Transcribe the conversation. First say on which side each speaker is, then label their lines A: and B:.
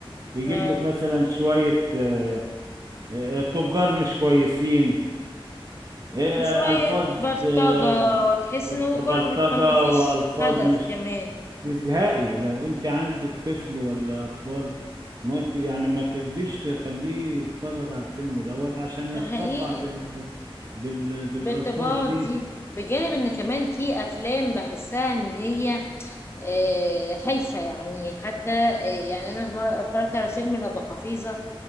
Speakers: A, on the right; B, on the left.
A: يجيب
B: اه
A: لك مثلا شوية آه، آه، تجار مش كويسين آه،
B: وشوية
A: ألفاظ
B: بلطجة
A: آه،
B: تحس ان هو
A: بلطجة
B: كله بيبقى مفيش
A: وألفاظ
B: هدف
A: مش
B: كمان
A: ازهائي لو انت عندك طفل ولا اطفال ما ت- يعني ما ترضيش تخليه يتفرج على الفيلم دوت عشان هيتطبع
B: ده حقيقي
A: بال... بال... بالالفاظ
B: بالطباع
A: دي
B: دي بجانب ان كمان في افلام بحسها ان هي آه، هايفة يعني حتى آه، يعني أنا في مرة اتفرجت على فيلم لأبو حفيظة